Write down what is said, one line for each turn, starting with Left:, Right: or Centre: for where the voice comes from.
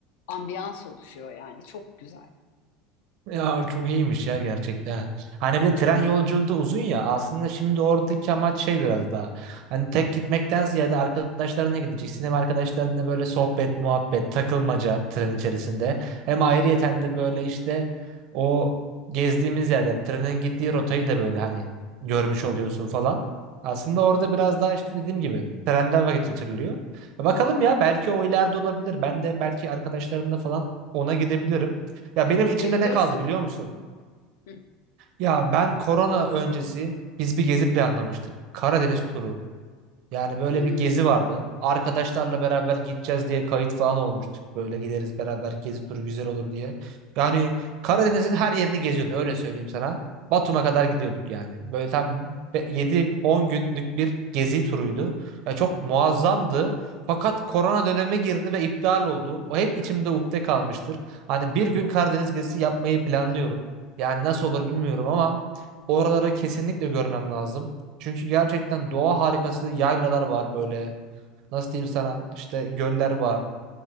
Left: ambiyans oluşuyor yani. Çok güzel,
Right: Ya çok iyiymiş ya gerçekten. Hani bir de tren
Left: çok
Right: yolculuğu
Left: iyi.
Right: da uzun ya. Aslında şimdi oradaki amaç şey biraz daha. Hani tek gitmekten ziyade arkadaşlarına gideceksin. Hem arkadaşlarınla böyle sohbet, muhabbet, takılmaca tren içerisinde. Hem ayrıyeten de böyle işte o gezdiğimiz yerler, trenin gittiği rotayı da böyle hani görmüş oluyorsun falan. Aslında orada biraz daha işte dediğim gibi trenden vakit geçiriliyor. Bakalım ya belki o ileride olabilir. Ben de belki arkadaşlarımla falan ona gidebilirim. Ya benim içimde
Left: Gidebilirsin.
Right: ne kaldı biliyor musun?
Left: Hı.
Right: Ya ben korona öncesi biz bir gezi planlamıştık. Karadeniz turu. Yani böyle
Left: Hmm.
Right: bir gezi vardı. Arkadaşlarla beraber gideceğiz diye kayıt falan olmuştuk. Böyle gideriz beraber gezi turu güzel olur diye. Yani Karadeniz'in her yerini geziyordu öyle söyleyeyim sana. Batum'a kadar gidiyorduk yani. Böyle tam 7-10 günlük bir gezi turuydu. Ya çok muazzamdı. Fakat korona dönemi girdi ve iptal oldu. O hep içimde ukde kalmıştır. Hani bir gün Karadeniz gezisi yapmayı planlıyorum. Yani nasıl olur bilmiyorum ama oraları kesinlikle görmem lazım. Çünkü gerçekten doğa harikası yaylalar var böyle. Nasıl diyeyim sana işte göller var.